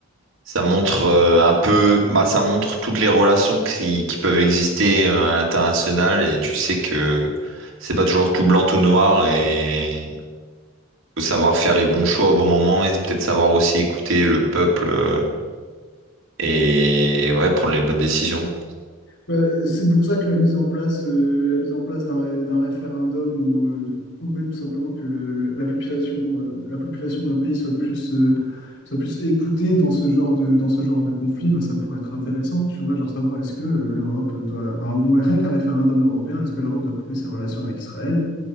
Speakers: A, on the right; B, on the left.
A: Ça montre euh, un peu, bah, ça montre toutes les relations qui, qui peuvent exister euh, à l'international, et tu sais que c'est pas toujours tout blanc, tout noir, et faut savoir faire les bons choix au bon moment et peut-être savoir aussi écouter le peuple euh, et ouais, prendre les bonnes décisions.
B: Bah, euh, c'est pour ça que la mise en place, euh, la mise en place d'un ré- d'un référendum ou, euh, ou même tout simplement que le- le- la population, euh, la population d'un pays soit plus, euh, soit plus écoutée dans ce genre de, dans ce genre de conflit, bah, ça pourrait être intéressant, tu vois, genre savoir est-ce que euh, l'Europe doit, un, rien qu'un référendum européen, est-ce que l'Europe doit couper ses relations avec Israël?